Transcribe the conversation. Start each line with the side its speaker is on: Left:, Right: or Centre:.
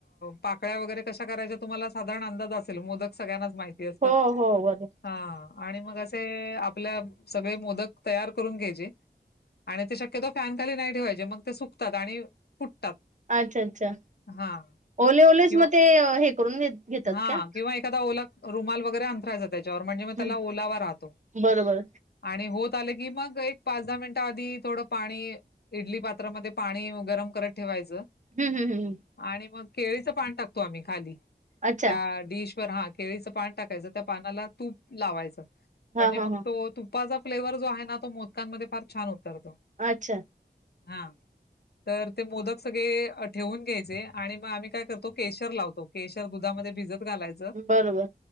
Left: पाकळ्या वगैरे कशा करायच्या. तुम्हाला साधारण अंदाज असेल मो सगळ्यांनाच माहिती असतात
Right: हो हो बर
Left: हा आणि मग असे आपल्या सगळे मोदक तयार करून घ्यायचे आणि ते शक्यतो फॅन खाली नाही ठेवायचे मग ते सु फतात आणि फुटतात.
Right: अच्छा अच्छा
Left: हां
Right: ओले ओलेच
Left: किंवा
Right: मग ते हे करून घेत घेतात
Left: हां,
Right: का
Left: किंवा एखादा ओला रुमाल वगैरे अथरायचा त्याच्यावर म्हणजे मी त्याला
Right: हम्म
Left: ओलावर राहतो.
Right: बरोबर
Left: आणि होत आले की मग एक पाच दहा मिनिटं आधी थोडं पाणी इडली पात्रामध्ये पाणी गरम करत ठेवायचं.
Right: हम् हम हमम
Left: आणि मग केळीचं पान टाकतो आम्ही खाली त्या
Right: अच्छा
Left: डिश वर हा. केळीचं पान टाकायचं त्या पानाला तूप लावायचं म्हणजे
Right: हा
Left: मग
Right: हा हा
Left: तो तू तपाचा फ्लेवर्हर जो आहे ना तो मोदकांमध्ये फार छान उतरतो.
Right: अच्छा
Left: हा तर ते मोदक सगळे ठेवून घ्यायचे आणि मग आम्ही काय करतो केशर लावतो. केशर दुधामध्ये भिजत घालाय
Right: उम बर बर